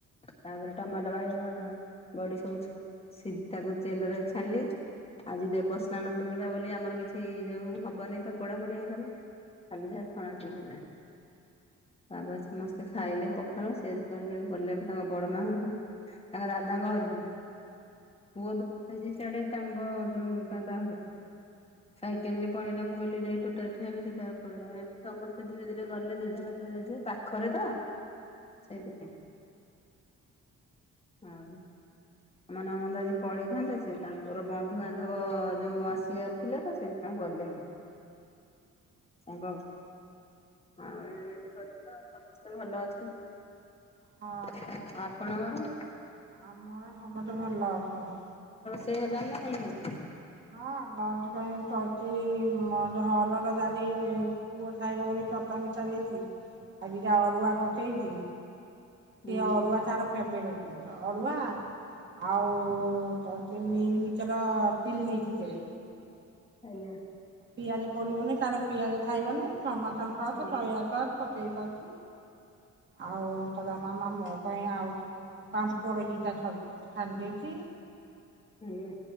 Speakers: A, on the left; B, on the right.
A: ତାପରେ ଟମାଟୋ, ବାଇଗଣ, ବଡି ସବୁ ଛେ ସି ତାକୁ ଚେଲରରେ ଛାଣିଲି ଆଜି ଦେବସ୍ନାନ ପୂର୍ଣ୍ଣିମା ବୋଲି ଆମର କିଛି ଯୋଉ ହବନି ତ ପୋଡ଼ାପୋଡ଼ି ଆଇଟମ ଖାଲି ଯାହା ଛଣା ଛଣି ହେଲା। ତାପରେ ସମସ୍ତେ ଖାଇଲେ ପ ଖାଳ, ସେ ଆଜି କଲେ ଗଲେ ତାଙ୍କ ବଡ ମା ଘରକୁ ତାଙ୍କ ଦାଦାଙ୍କ ଘରକୁ ପୁଅ ବି ହେଇଛି ସିଆଡେ ତାଙ୍କ ଯୋଉ ଦାଦା ଘରକୁ, ସାଇକେଲରେ ପଳେଇଲା ମୁଁ କହିଲି ଯାଇ ତୋଟାରେ ଠିଆ ହେଲି ସିଏ ତାର ପଳେଇଲା। ଏମିତି ସମସ୍ତେ ଧୀରେ ଧୀରେ ଗଲେ ଜେଝା ବାଟରେ ଜେଝା, ଏଇ ପାଖରେ ତ ସେଇଥିପାଇଁ। ନହଁ। ଆମ ନଣନ୍ଦ ଆଜି ପଳେଇଥାନ୍ତେ ସେ ତାଙ୍କର ବନ୍ଧୁବାନ୍ଧବ ଯୋଉ ଆସିବାର ଥିଲା ତ ସେଇଥିପାଇଁ ଆଉ ଗଲେନି। ତାଙ୍କ ଆଉ ଏମିତି କଥା ଆଉ ସମସ୍ତେ ଭଲ ଅଛନ୍ତି ଆଉ।
B: ହଁ
A: ଆପଣଙ୍କର?
B: ଆମର ସମସ୍ତେ ଭଲ ଅଛନ୍ତି।
A: ଏତେ ହେଲାଣି ନା ନାଇଁ?
B: ହଁ ଲଞ୍ଚ ପାଇଁ କରିଚି ଉଁ ହରଡ଼ ଡ଼ାଲି ପୁଅ ଖାଇବ ବୋଲି ଖଟା ମିଠା ଦେଇକି ଆଜିକା ଅରୁଆ ପଠେଇଚି ସିଏ
A: ଆଜ୍ଞା
B: ଅରୁଆ ତାର ଫେବରାଇଟ ଜିନିଷ। ଅରୁଆ ଆଉ ତ ଅଛି ମିଲମିକର ଚିଲି ଟିକେ
A: ଆଜ୍ଞା।
B: ପିଆଜ ପଡିବନି ତାର ପିଆଜ ଖାଇବନି, ଟମାଟର ସସ୍
A: ଆଜ୍ଞା
B: ସୋୟା ସସ୍ ପକେଇକି କରିଚି ଆଉ କହିଲା ମାମା ମୋ ପାଇଁ ଆଉ ଚିକେ କଣ ପାମ୍ପଡ ଦିଟା ସରି ଛାଣି ଦେଇଚି
A: ହୁଁ।